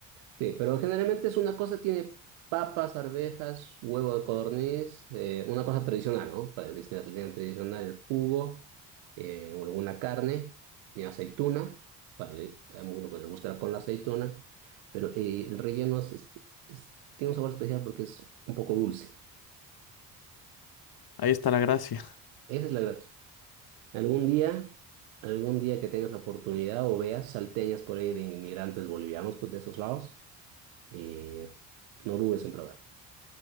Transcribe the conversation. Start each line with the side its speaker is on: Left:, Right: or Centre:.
Right: Sí, pero generalmente es una cosa, tiene papas, arvejas, huevo de codorniz, eh, una cosa tradicional, ¿no? Para que esté la salida tradicional, el jugo, eh, alguna carne, y aceituna, para le- a uno que le gustará con la aceituna, pero eh, el relleno es- es- es- tiene un sabor especial porque es un poco dulce.
Left: ahí está la gracia.
Right: Esa es la gracia. Algún día, algún día que tengas la oportunidad o veas salteñas por ahí de inmigrantes bolivianos pues, de esos lados, eh, no dudes en probar.